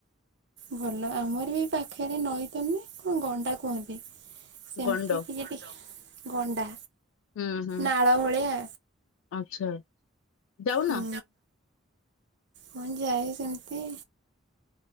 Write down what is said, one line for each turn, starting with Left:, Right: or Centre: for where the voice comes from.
Right: ଭଲ ଆମର ବି ପାଖରେ ନଈ ତ ନୁହେଁ କଣ ଗଣ୍ଡା କୁହନ୍ତି। ସେମିତି
Left: ଗଣ୍ଡ
Right: ଟିକେ ଟିକ, ଗଣ୍ଡା
Left: ହୁଁ ହୁଁ
Right: ନାଳ ଭଳିଆ।
Left: ଆଚ୍ଛା। ଯାଉନ
Right: ହୁଁ ମୁଁ ଯାଏ ସେମିତି